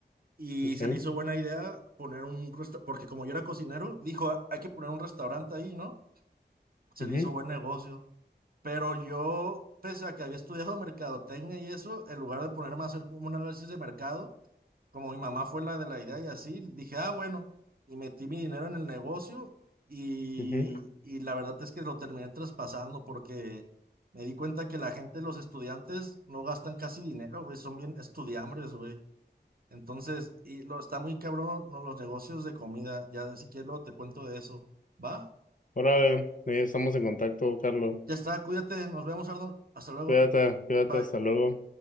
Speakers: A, on the right; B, on the left.
A: Y
B: ok,
A: se le hizo buena idea poner un restaurante, porque como yo era cocinero, dijo, "Ah, hay que poner un restaurante ahí, ¿no? Se
B: ujú,
A: le hizo buen negocio. Pero yo, pese a que había estudiado mercadotecnia y eso, en lugar de ponerme a hacer como un análisis de mercado, como mi mamá fue la de la idea y así, dije, ah, bueno, y metí mi dinero en el negocio y,
B: ujú.
A: y la verdad es que lo terminé traspasando porque me di cuenta que la gente, los estudiantes, no gastan casi dinero, güey, son bien estudiambres, güey. Entonces, y lo, está muy cabrón ¿no? los negocios de comida, ya si quieres luego te cuento de eso, ¿va?
B: Órale, ahí estamos en contacto, Carlos.
A: Ya está, cuídate, nos vemos, Arnold, hasta luego,
B: Cuídate, cuídate,
A: bye.
B: hasta luego.